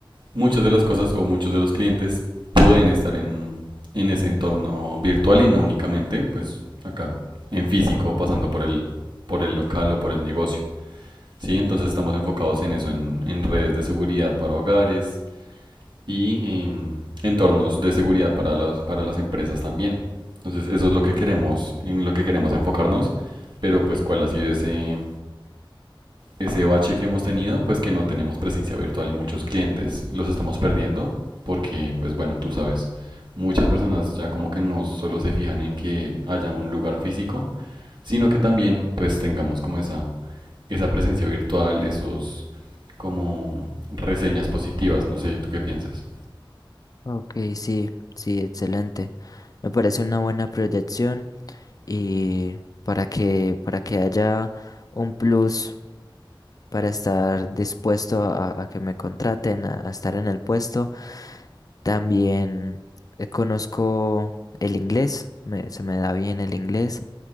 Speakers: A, on the right; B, on the left.
A: muchas de las cosas o muchos de los clientes pueden estar en, en ese entorno virtual y no únicamente pues acá en físico pasando por el, por el local o por el negocio. ¿sí? Entonces estamos enfocados en eso, en, en redes de seguridad para hogares y em, entornos de seguridad para, los, para las empresas también. Entonces eso es lo que queremos, en lo que queremos enfocarnos, pero pues cuál ha sido ese ese bache que hemos tenido, pues que no tenemos presencia virtual y muchos clientes los estamos perdiendo porque, pues bueno, tú sabes, muchas personas ya como que no solo se fijan en que haya un lugar físico, sino que también pues tengamos como esa, esa presencia virtual, esos como reseñas positivas, no sé, ¿tú qué piensas?
B: Ok, sí, sí, excelente. Me parece una buena proyección. y para que, para que haya un plus para estar dispuesto a, a que me contraten, a, a estar en el puesto. También eh, conozco el inglés, me- se me da bien el inglés,